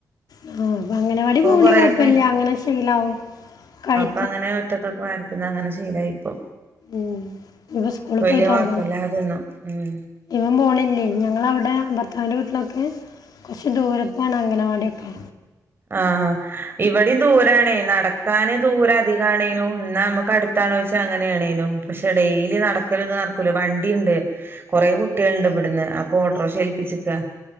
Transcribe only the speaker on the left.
ആ അപ്പ അങ്ങനെവാടി പോവങ്കി
കുഴപ്പില്ല അങ്ങനെ ശീലവും കഴി
ഉം ഇവൻ സ്കൂള്
പോയി തൊടങ്ങണം
ഇവൻ പോണില്ലേ ഞങ്ങളവിടെ ഭർത്താവിന്റെ വീട്ടിലൊക്കെ കുറച്ച് ദൂരത്താണ് അംഗൻവാടി ഓക്കെ